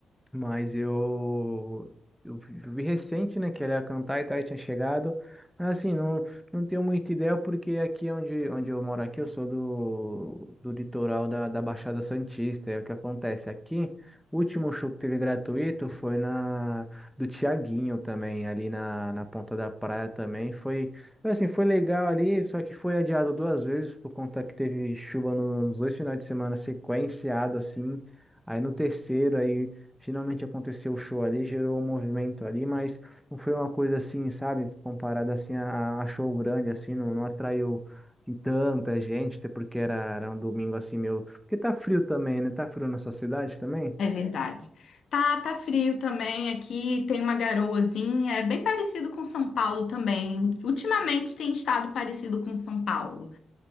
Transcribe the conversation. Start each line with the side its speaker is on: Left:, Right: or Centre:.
Centre: Mas eu, eu vi vi recente, né, que ela ia cantar e tal, e tinha chegado. Mas assim, não, não tenho muita ideia, porque aqui é onde, onde eu moro aqui, eu sou do, do litoral da, da Baixada Santista. E é o que acontece aqui, o último show que teve gratuito foi na do Tiaguinho também, ali na, na Ponta da Praia também. Foi, assim, foi legal ali, só que foi adiado duas vezes, por conta que teve chuva nos dois finais de semana sequenciado, assim. Aí no terceiro, aí. Finalmente aconteceu o show ali, gerou um movimento ali, mas não foi uma coisa assim, sabe? Comparada assim a, a show grande, assim, não, não atraiu assim, tanta gente, até porque era, era um domingo assim meio. Porque tá frio também, né? Tá frio na sua cidade também?
Left: É verdade. Tá, tá frio também aqui, tem uma garoazinha, é bem parecido com São Paulo também. Ultimamente tem estado parecido com São Paulo.